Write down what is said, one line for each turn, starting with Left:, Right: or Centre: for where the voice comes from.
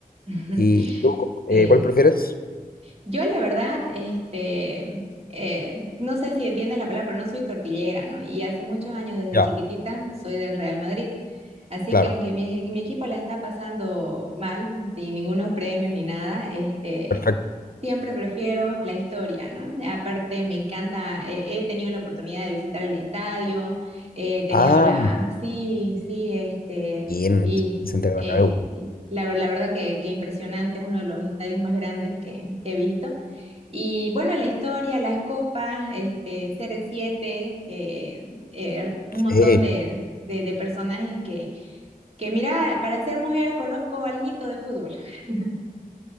Right: <laughs>
Left: ¿Y tú, eh,
Right: Sí.
Left: cuál prefieres?
Right: Yo la verdad, este, eh, no sé si entiendes la palabra, pero no soy tortillera, ¿no? Y hace muchos años, desde
Left: Ya,
Right: chiquitita, soy del Real Madrid. Así
Left: claro,
Right: que aunque mi, mi equipo la está pasando mal, sin ningunos premios ni nada, este,
Left: perfecto.
Right: siempre prefiero la historia, ¿no? Aparte, me encanta, eh, he tenido la oportunidad de visitar el estadio, he tenido
Left: Ah,
Right: la, sí, sí, este,
Left: bien,
Right: y
Left: Santiago
Right: eh,
Left: Bernabéu.
Right: y la, ver- la verdad que, que impresionante, es uno de los estadios más grandes que, que he visto. Y bueno, la historia, las copas, este, cr siete eh, eh, un montón
Left: Sí.
Right: de, de- de personajes que, que, mira, para ser mujer conozco alguito de fútbol. <laughs>